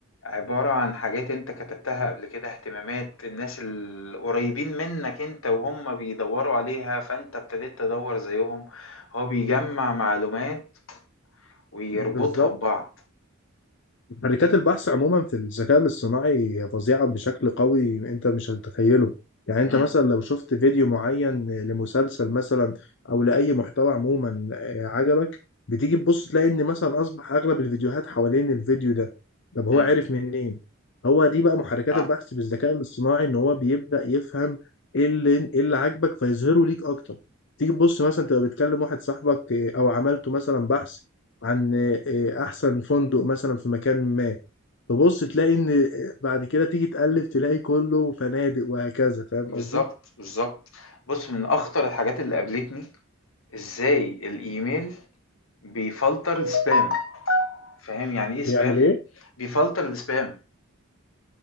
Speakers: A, on the left; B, on the left.
A: عبارة عن حاجات أنت كتبتها قبل كده اهتمامات الناس القريبين منك أنت وهم بيدوروا عليها فأنت ابتديت تدور زيهم هو بيجمع معلومات ويربطها
B: بالظبط
A: ببعض
B: شركات
A: ال...
B: البحث عموما في الذكاء الاصطناعي فظيعة بشكل قوي انت مش هتتخيله يعني انت
A: مم.
B: مثلا لو شفت فيديو معين لمسلسل مثلا او لأي محتوى عموما آه، عجبك بتيجي تبص تلاقي ان مثلا اصبح اغلب الفيديوهات حوالين الفيديو ده طب هو
A: مم.
B: عرف منين هو دي بقى محركات
A: اه
B: البحث بالذكاء الاصطناعي ان هو بيبدأ يفهم ايه اللي ايه اللي عاجبك فيظهره ليك اكتر تيجي تبص مثلا تبقى بتكلم واحد صاحبك آه، او عملته مثلا بحث عن آه، احسن فندق مثلا في مكان ما تبص تلاقي ان آه، بعد كده تيجي تقلب تلاقي كله فنادق وهكذا فاهم
A: بالظبط
B: قصدي
A: بالظبط بص من أخطر الحاجات اللي قابلتني إزاي الإيميل بيفلتر السبام فاهم يعني إيه سبام؟
B: بيعمل ايه؟
A: بيفلتر السبام